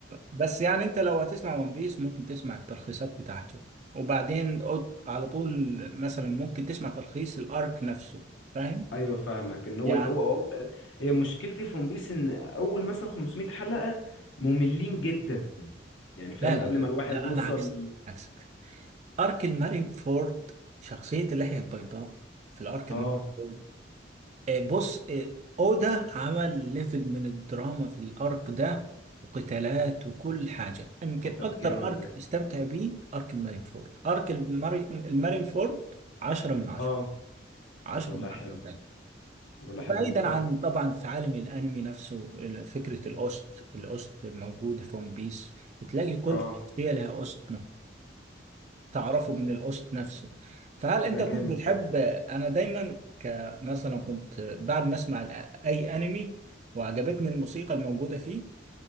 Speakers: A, on the right (about 35°); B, on the left (about 85°).
A: بس يعني انت لو هتسمع ون بيس ممكن تسمع التلخيصات بتاعته وبعدين قد- على طول مثلا ممكن تسمع تلخيص الارك نفسه فاهم
B: <laughs> ايوه فاهمك ان هو
A: يعني
B: هو هو- هي مشكلتي في ون بيس ان اول مثلا 500 حلقة مملين جدا يعني فاهم
A: لا لا
B: قبل
A: لا
B: ما الواحد
A: لا
B: يوصل
A: انا عكسك عكسك ارك المارين فورد شخصية اللحية البيضاء في الارك
B: اه
A: المارين فورد آه، بص آه، اودا عمل ليفل من الدراما في الارك ده وقتالات وكل حاجه يمكن
B: اه طب
A: اكتر
B: جامد
A: ارك
B: ده
A: تستمتع بيه ارك المارينفورد ارك الماري... المارينفورد 10 من 10
B: اه
A: 10
B: طب والله
A: من
B: حلو
A: 10 فعلا
B: طب ولا
A: وبعيدا
B: حلو طب
A: عن طبعا في عالم الانمي نفسه فكره الاوست الاوست الموجوده في ون بيس تلاقي كل
B: اه
A: شخصيه لها اوست تعرفه من القسط نفسه فهل انت
B: ده
A: كنت
B: جامد
A: بتحب
B: ده
A: انا دايما كمثلا كنت بعد ما اسمع الأ- اي انمي وعجبتني الموسيقى الموجوده فيه